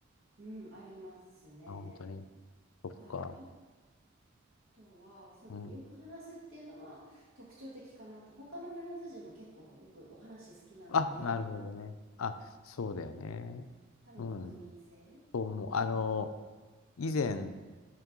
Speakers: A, on the right; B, on the left.
A: うん、ありますね。
B: あ、本当に。そっか。
A: はい。あとは、そうですね。
B: うん。
A: よく話すっていうのは特徴的かなと。他のフランス人も結構よくお話好きなんで、
B: あ、なるほどね。あ、そうだよね。
A: 多分国民性。
B: うん。そう思う。あの、以前、